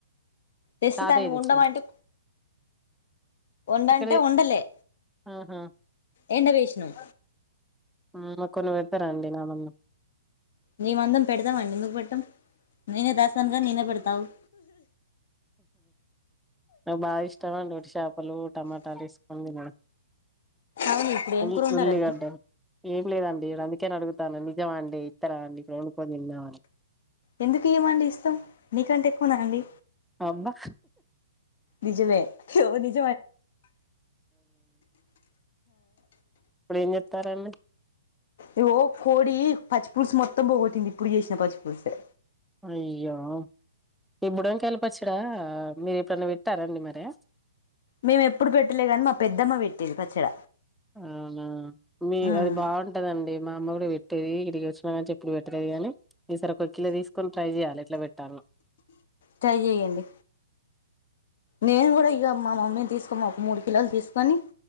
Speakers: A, on the left; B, in the centre.
A: తెస్తే
B: తాతయ్య
A: దాన్ని వండమంటే
B: తెచ్చిండు
A: వండంటే
B: ఇక్కడే
A: వండలే
B: ఆహా
A: ఎండ వేషినం
B: ఉమ్ కొన్ని పెడతార అండి నా మందం
A: నీ మందం పెడదామండి ఎందుకు పెట్టాం నేనే దాస్తానుగా నేనే పెడతా అవు
B: నాకు బాగా ఇష్టం అండి వట్టి షాపలు టమాటాలు ఏసుకోని తినడం
A: అవును ఇప్పుడు ఏం
B: ఉల్
A: కూర వండారండి
B: ఉల్లిగడ్డ ఏమ్ లేదను నేను అందుకే అడుగుతాను నిజమా అండి ఇత్తర అండి ఇప్పుడు వండుకొని తిన్దామని
A: ఎందుకు ఇయ్యమండి ఇస్తాం నీకంటే ఎక్కువ న అండి
B: అబ్బా
A: నిజమే ఓ నిజ
B: ఇప్పుడ ఏం చెత్తారండి
A: ఇగో కోడి పచ్చిపుులుసు మొత్తం పోగొటింది ఇప్పుడు చేసిన పచ్చిపుులుసే
B: అయ్యో ఇప్పుడకి వెళ్ళపచ్చడా మీరు ఎప్పుడైనా విట్టారండి మరి
A: మేము ఎప్పుడు పెట్టలే కానీ మా పెద్దమ్మ పెట్టేది పచ్చడ
B: అవునా మీ
A: ఉమ్
B: అది బాగుంటదండి మా అమ్మ కూడ పెట్టేది ఇక్కడికి వచ్చిన కా ఎప్పుడు పెట్టలేదు కానీ ఈసారి ఒక కిలో తీసుకొని ట్రై చేయాలి ఎట్ల పెట్టల్నో
A: ట్రై జేఎండీ నేను కూడా ఇగ మా మమ్మీని తీసుకోమన్న ఒక మూడు కిలోలు తీసుకొని